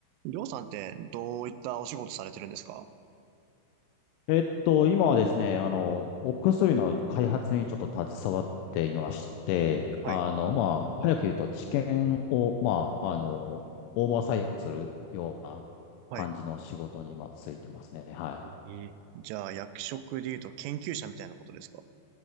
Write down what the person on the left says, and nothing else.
えっと、今はですね、あの、お薬の開発にちょっと携わっていまして、
あの、まあ、早く言うと治験を、まあ、あの、オーバーサイトするような感じの仕事に今ついてますね。
はい。